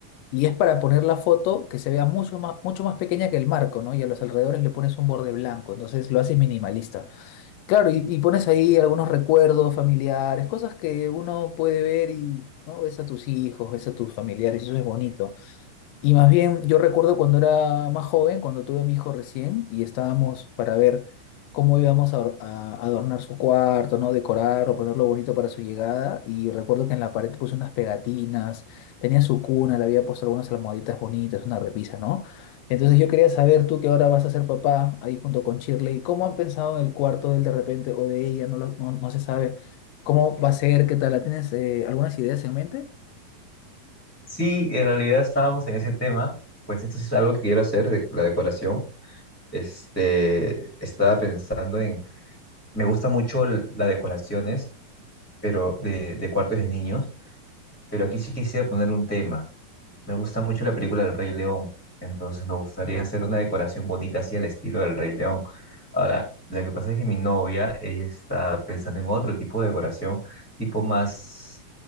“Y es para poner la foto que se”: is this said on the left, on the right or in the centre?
Left